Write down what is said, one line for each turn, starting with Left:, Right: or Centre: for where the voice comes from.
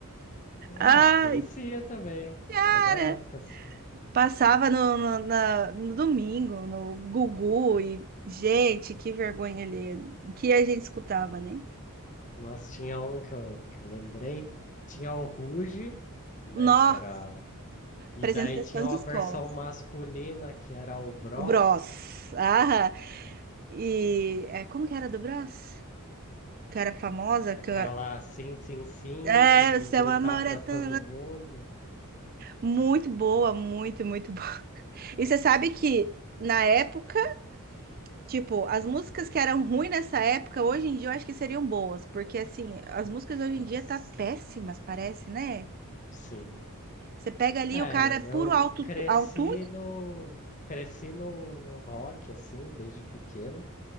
Left: Ah,
Right: Ah.
Left: conhecia também. Era
Right: Cara,
Left: da época, assim.
Right: passava no, no, na- no domingo, no Gugu e, gente, que vergonha ali. O que a gente escutava, né?
Left: Mas tinha um que eu, que eu lembrei. Tinha o Ruge, né?
Right: Nó,
Left: Que era. E
Right: apresentação
Left: daí tinha uma
Right: de escola.
Left: versão masculina, que era o Bros.
Right: O Bros. Ah, e é, como que era do Bros? Que era famosa,
Left: É
Right: que
Left: Aquela
Right: eu-
Left: sim, sim, sim,
Right: é,
Left: vou
Right: o seu
Left: gritar
Right: amor
Left: pra
Right: é tão...
Left: todo mundo.
Right: Muito boa, muito, muito boa. E você sabe que na época Tipo, as músicas que eram ruins nessa época, hoje em dia eu acho que seriam boas, porque assim, as músicas hoje
Left: Nossa,
Right: em dia tá péssimas, parece, né?
Left: sim.
Right: Você pega ali
Left: É,
Right: o cara é puro
Left: eu
Right: auto
Left: cresci
Right: autotune,
Left: no cresci no, no rock assim desde pequeno